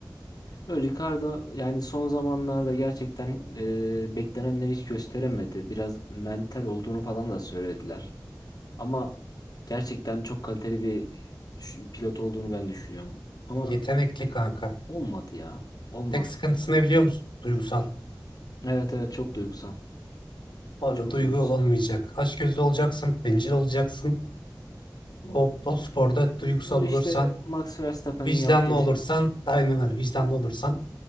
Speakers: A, on the left; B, on the left.
A: Böyle Ricardo yani son zamanlarda gerçekten e, beklenenleri hiç gösteremedi. Biraz mental olduğunu falan da söylediler. Ama gerçekten çok kaliteli bir şu- pilot olduğunu ben düşünüyorum. Ama
B: Yetenekli kanka.
A: olmadı ya. Olmadı.
B: Tek sıkıntısı ne biliyor musun? Duygusal.
A: Evet evet çok duygusal.
B: Orada
A: Çok
B: duygu
A: duygusal.
B: olmayacak. Açgözlü olacaksın, bencil olacaksın. O, o sporda duygusal
A: O
B: olursan,
A: işte Max Verstappen'in
B: vicdanlı
A: yaptığı
B: olursan,
A: şey.
B: aynen öyle vicdanlı olursan.